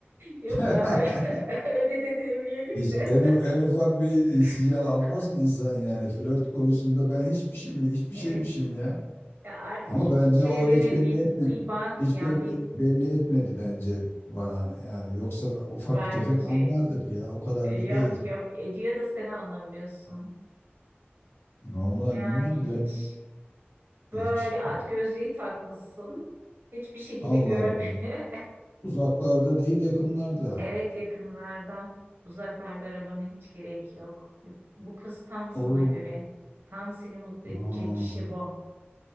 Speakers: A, on the right (about 65°); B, on the left (about 70°).
A: yok
B: <laughs>
A: ya öyle <laughs> öyle de demeyelim
B: Hiç
A: de.
B: en, en ufak bir sinyal
A: <laughs>
B: almaz mı insan yani? Flört konusunda ben hiçmişim, ya- hiçbir
A: Evet.
B: şeymişim ya.
A: Ya artık
B: Ama
A: şu
B: bence
A: çevrene
B: o hiç belli
A: bir
B: etme.
A: bir bak
B: Hiç
A: ya
B: belli,
A: bir
B: belli etmedi bence bana. Yani yoksa ufak
A: bence
B: tefek anlardık ya. O kadar
A: e, yok
B: da değil.
A: yok ediyor da sen anlamıyorsun.
B: Vallahi
A: Yani
B: bilmiyorum ben
A: hiç böyle
B: hiç
A: at gözlüğü takmışsın. Hiçbir şekilde
B: Allah
A: görmüyor.
B: Allah.
A: <laughs>
B: Uzaklarda değil yakınlarda.
A: Evet yakınlarda, uzaklarda aramanı hiç gerek yok. Bu, bu kız tam sana
B: O.
A: göre. Tam seni mutlu edecek
B: Aa,
A: kişi bu.